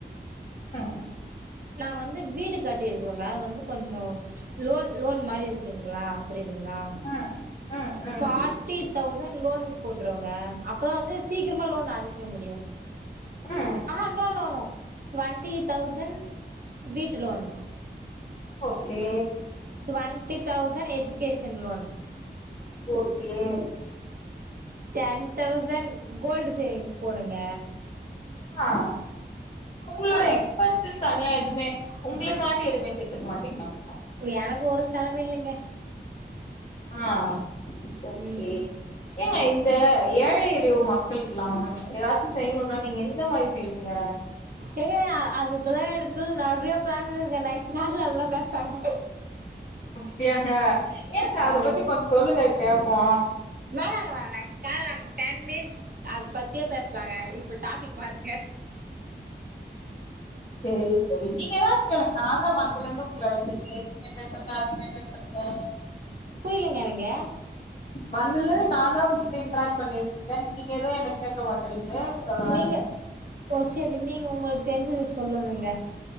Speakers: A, on the left; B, on the right.
A: ம்
B: நாங்க வந்து வீடு கட்டிருக்கோங்க அது வந்து கொஞ்சம் லோன் லோன் மாரி இருக்குங்ளா புரிதுங்ளா
A: ம் ம் ம்
B: ஃபார்ட்டி தௌசண்ட் லோனுக்கு போட்டுருவங்க அப் பதா வந்து சீக்கிரமா லோன் அடச்சிட முடியு
A: ம்
B: ஆஹ னோ னோ டுவெண்ட்டி தௌசண்ட் வீட்டு loan
A: okay
B: twenty thousand education loan
A: ஓ Clair
B: ten thousand gold savings போடுங்க
A: ஆ உங்களோட
B: ஆ
A: எக்ஸ்பேன்ஸ் தனியா எதுமே உங்ளுக்காண்டி எதுமே சேர்த்துக்க மாட்டீங்கங்ளா
B: எனக்கு ஒரு செலவு இல்லிங்க
A: ஆஹ் ஓகே
B: ம்
A: ஏங்க இந்த ஏழை எளியோர் மக்களுக்கெல்லாம் ஏதாச்சும் செய்யணும்னா நீங்க எந்த மாரி செய்வீங்க
B: ஏங்க அதுக்குல்லா எனக்குலா நெறைய பிளான் இருக்குங்க நெக்ஸ்ட் கால்ல அதல்லா பேசாலாங்க
A: அப்டியாங்க ஏங்க அது
B: ஆமாங்க
A: பத்தி கொஞ்சோ சொல்லுங்க கேப்போ
B: வேணாங்க வேணாங்க காலையிலா டென் மினிட்ஸ் அது பத்தியே பேசலாங்க இப்ப டாபிக் மாத்துங்க
A: சேரி செரி நீங்க ஏதாச்சு கேளுங்க நாந்தா வந்தலேந்து உங்கள இது கேட்டுட்டுருக்க அது கேட்டுட்டு ருக்க
B: புரியலங்க எனக்கு
A: வந்தலேந்து நான்தா உங்ககிட்ட இன்ராக்ட் பண்ணிட்டுருகே நீங்க ஏது என்ன கேக்க மாட் றீங்களேன் சொல்லவரே
B: நீங்க ஓ செரி நீங்க உங்களுக்கு தெரிஞ்சத சொல்லுங்கங்க